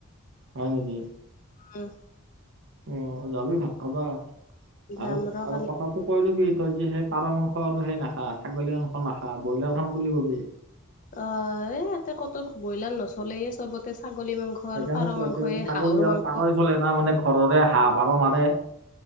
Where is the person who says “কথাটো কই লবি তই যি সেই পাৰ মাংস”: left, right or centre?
Right